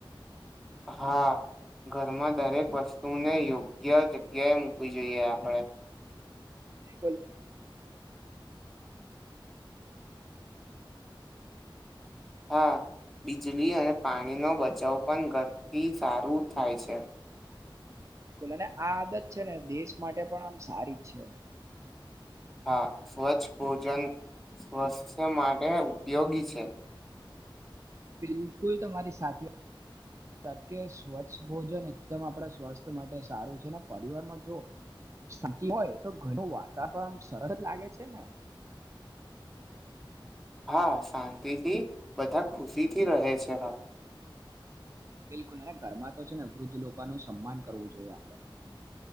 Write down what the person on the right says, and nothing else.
બિલકુલ
બિલકુલ અને આ આદત છે ને દેશ માટે પણ આમ સારી જ છે.
બિલકુલ તમારી સાથે કારણ કે સ્વચ્છ ભોજન એકદમ આપણા સ્વાસ્થ્ય માટે સારું છે ને પરિવારમાં જો શાંતિ હોય તો ઘરનું વાતાવરણ સરસ જ લાગે છે ને
બિલકુલ અને ઘરમાં તો છે ને વૃદ્ધ લોકોનું સન્માન કરવું જોઈએ